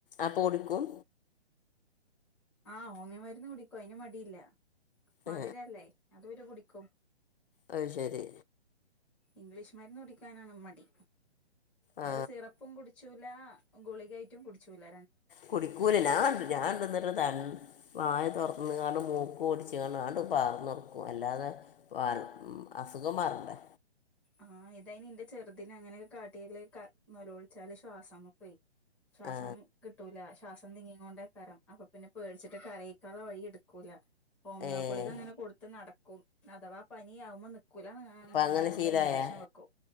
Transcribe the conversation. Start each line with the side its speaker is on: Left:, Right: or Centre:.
Left: അപ്പൊ കുടിക്കും
Centre: ആഹ് ഓമിയോ മരുന്ന് കുടിക്കും അയിന് മടിയില്ല മധുരല്ലേ
Left: ആ
Centre: അതു ഇവര് കുടിക്കും
Left: അത് ശരി
Centre: ഇംഗ്ലീഷ് മരുന്ന് കുടിക്കാനാണ് മടി
Left: ആ
Centre: അത് സിറപ്പും കുടിച്ചൂല ഗുളികായിട്ടും കുട്ച്ചൂല്ല
Left: കുടിക്കൂല ഞാ ഞാന് ന്നിട്ട് ത വായ തൊറന്ന്ങ്ങാണ്ട് മൂ ക്ക് പുടിച്ച്ങ്ങാണ്ട് ആട്ട് പാർന്നൊടുക്കും അല്ലാതെ പാർ മ് അസുഖ മാറണ്ടേ
Centre: ആഹ് ഇതയിന് ഇന്റെ ചെറുതിനങ്ങനെ കാട്ടിയാല് ക നലോളിച്ചാല് ശ്വാസമുട്ടെ ശ്വാസം
Left: ആ
Centre: കിട്ടൂല ശ്വാസം തിങ്ങീങ്ങോണ്ടേക്കാരം അപ്പൊ പിന്നെ പേടിച്ചിട്ട് കരീക്കാള്ള വഴി എടുക്കൂല ഹോമിയോ
Left: ഏഹ്
Centre: ഗുളിക്ക് അങ്ങനെ കൊടുത്ത് നടക്കും അഥവാ പനിയാകുമ്പോൾ നിക്കൂലങ്ക
Left: അപ്പൊ അങ്ങനെ
Centre: വേഗം കൊണ്ടോയി
Left: ശീലായാ
Centre: ഇംഗ്ലീ ഇഞ്ചക്ഷൻ വെക്കും